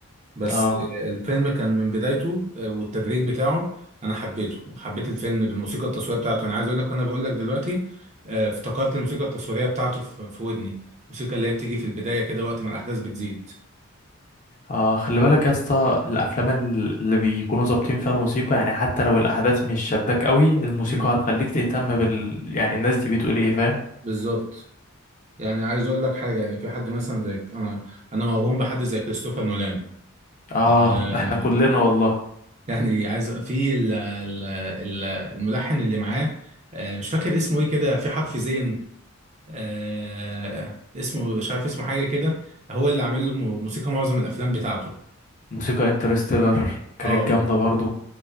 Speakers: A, on the right (about 30°); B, on the left (about 35°).
A: بس
B: اه
A: الفيلم كان من بدايته آه، والتدريج بتاعه انا حبيته وحبيت الفيلم بالموسيقى التصويريه بتاعته انا عايز اقول لك وانا بقول لك دلوقتي آه، افتكرت الموسيقى التصويريه بتاعته في في ودني الموسيقى اللي هي بتيجي في البدايه كده وقت ما الاحداث بتزيد
B: اه خلي بالك يا اسطى الافلام ال- اللي بيكونوا ظابطين فيها الموسيقى يعني حتى لو الاحداث مش شداك قوي الموسيقى
A: امم
B: هتخليك <laughs> تهتم بال يعني الناس دي بتقول ايه فاهم
A: بالظبط يعني عايز اقول لك حاجه يعني في حد مثلا زي انا انا موهوم بحد زي كريستوفر نولان
B: اه
A: آه،
B: احنا كلنا والله
A: يعني عايز في ال ال ال الملحن اللي معاه آه، مش فاكر اسمه ايه كده في حرف زين آه، اسمه مش عارف اسمه حاجه كده هو اللي عامل له مو- موسيقى معظم الافلام بتاعته
B: موسيقى انترستيلر كانت
A: اه
B: جامده برضو